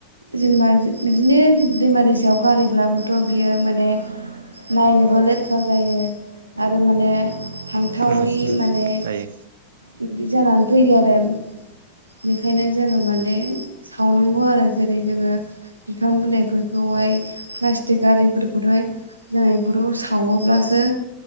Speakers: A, on the right; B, on the right.
A: जेनेबा बिदिनो दैमा दैसायाव गारहैब्लाबोथ' बियो माने नायनोबो लेथ थ्रा जायो आरो माने थांथावै
B: उम उम
A: माने
B: जायो
A: बिदि जानानै फैयो आरो। बेखायनो जोङो माने सावनांगौ आरो। जेरै जोङो बिफां बिलाइफोरखौहाय
B: उम
A: प्लास्टिक आरिफोरखौहाय जों इफोरखौ सावोब्लासो